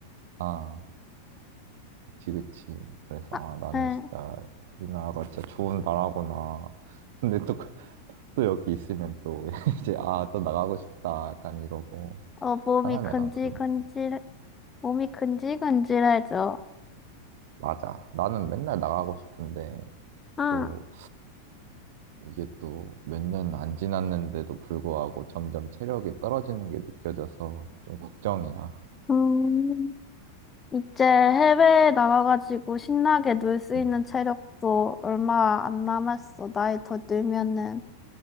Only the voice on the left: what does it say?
아,
응,
어, 몸이
근질근질,
몸이 근질근질해져.
응,
음, 이제 해외에 나가가지고 신나게 놀 수
있는 체력도 얼마 안 남았어. 나이 더 들면은.